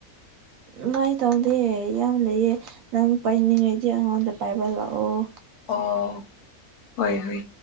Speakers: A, on the right (about 70°); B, on the left (about 80°).
A: ꯅꯨꯡꯉꯥꯏ ꯇꯧꯗꯦ ꯌꯥꯝ ꯂꯩꯑ ꯅꯪ ꯄꯥꯏꯅꯤꯡꯉꯩꯗꯤ ꯑꯉꯥꯡꯗ ꯄꯥꯏꯕ ꯂꯥꯛꯑꯣ
B: ꯑꯣ ꯍꯣꯏ ꯍꯣꯏ